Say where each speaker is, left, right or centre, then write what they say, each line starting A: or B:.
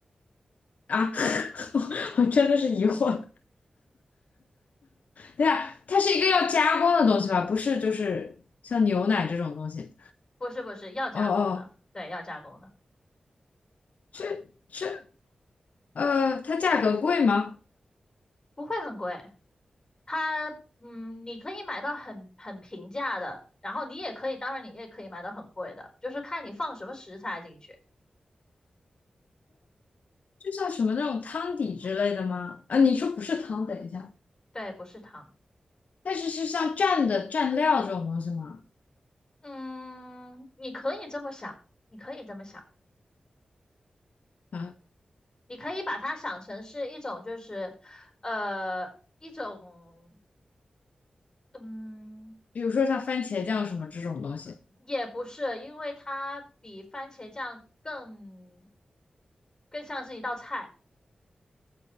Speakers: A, on the left; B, on the left.
A: 啊！<laughs> 我真的是疑惑。对呀，它是一个要加工的东西吧？不是，就是像牛奶这种东西。
B: 不是不是，要加工的，
A: 哦哦，
B: 对，要加工的，
A: 这这呃，它价格贵吗？
B: 不会很贵。它，嗯，你可以买到很很平价的，然后你也可以，当然你也可以买到很贵的，就是看你放什么食材进去。
A: 就像什么那种汤底之类的吗？啊，你说不是汤，等一下，
B: 对，不是糖。
A: 但是是像蘸的蘸料这种东西吗？
B: 嗯，你可以这么想，你可以这么想，
A: 啊，
B: 你可以把它想成是一种，就是，呃，一种，嗯，
A: 比如说像番茄酱什么这种东西。
B: 也不是，因为它比番茄酱更更像是一道菜。